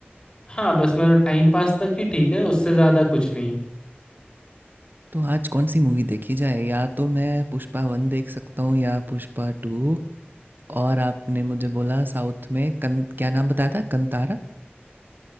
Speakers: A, on the left; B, on the right.
A: हाँ बस मतलब टाइम पास तक ही ठीक है उससे ज़्यादा कुछ नहीं
B: तो आज कौन सी मूवी देखी जाए? या तो मैं पुष्पा 1 देख सकता हूँ या पुष्पा 2 और आपने मुझे बोला साउथ में कन क्या नाम बताया था कंतारा?